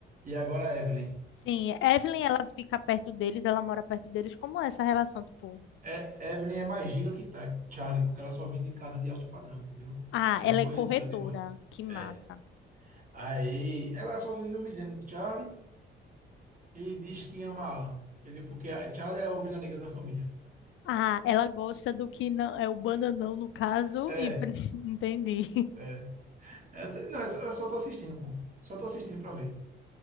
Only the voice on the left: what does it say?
Sim, Evelyn, ela fica perto deles, ela mora perto deles. Como é essa relação, tipo?
Ah,
ela
é corretora.
Que massa.
Ah, ela gosta do que não é o bananão no caso
e <laughs> entendi.